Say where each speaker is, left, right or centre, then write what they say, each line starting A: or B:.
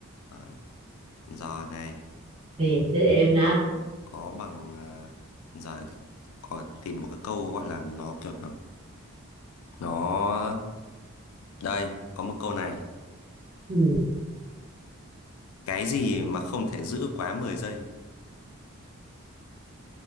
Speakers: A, on the left; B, on the right.
A: đấy. giờ này
B: thì tới em đó
A: giờ là có bằng à, giờ có tìm một cái câu gọi là nó kiểu là nó đây có một câu này
B: ừ.
A: cái gì mà không thể giữ quá mười giây